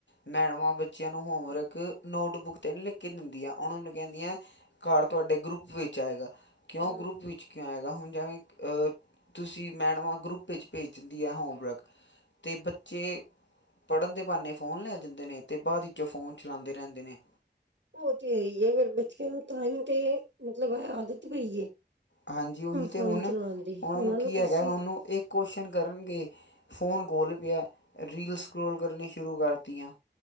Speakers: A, on the left; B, on the right.
A: ਮੈਡਮਾਂ ਬੱਚਿਆਂ ਨੂੰ ਹੋਮਵਰਕ ਨੋਟਬੁੱਕ 'ਤੇ ਨਹੀਂ ਲਿਖ ਕੇ ਦਿੰਦੀਆਂ। ਉਹਣ ਉਹਨੂੰ ਕਹਿੰਦੀਆਂ ਘਰ ਤੁਹਾਡੇ ਗਰੁੱਪ ਵਿੱਚ ਆਏਗਾ। ਕਿਉਂ
B: ਹਮ
A: ਗਰੁੱਪ ਵਿੱਚ ਕਿਉਂ ਆਏਗਾ? ਹੁਣ ਜਿਵੇਂ ਅ ਤੁਸੀਂ ਮੈਡਮਾਂ ਗਰੁੱਪ ਵਿੱਚ ਭੇਜ ਦਿੰਦੀ ਆ ਹੋਮਵਰਕ। ਤੇ ਬੱਚੇ ਪੜ੍ਹਨ ਦੇ ਬਹਾਨੇ ਫੋਨ ਲੈ ਜਾਂਦੇ ਨੇ ਅਤੇ ਬਾਅਦ ਵਿੱਚੋਂ ਫੋਨ ਚਲਾਦੇ ਰਹਿੰਦੇ ਨੇ।
B: ਉਹ ਤੇ ਇਹੀ ਹੈ ਫਿਰ ਬੱਚਕਿਆਂ ਨੂੰ ਤਾਂ ਹੀ ਤੇ ਮਤਲਬ ਹੈ ਆਦਤ ਪਈ ਏ।
A: ਹਾਂਜੀ ਉਹੀ ਤੇ
B: ਫੋਨ
A: ਹੁਣ।
B: ਚਲਾਉਣ ਦੀ
A: ਉਹਨਾਂ ਨੂੰ ਕੀ ਹੈਗਾ
B: ਇਸ ਚੀਜ਼
A: ਹਨੂੰ ਇੱਕ ਕੁਸ਼ਨ ਕਰਨਗੇ, ਫੋਨ ਕੋਲ ਪਿਆ। ਰੀਲ ਸਕੋਲ ਕਰਨੀ ਸ਼ੁਰੂ ਕਰਤੀਆਂ।